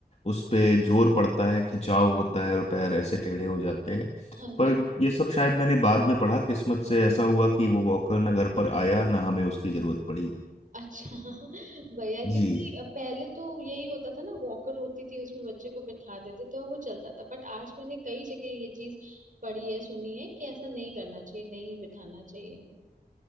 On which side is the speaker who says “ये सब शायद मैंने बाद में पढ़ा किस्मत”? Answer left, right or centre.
Left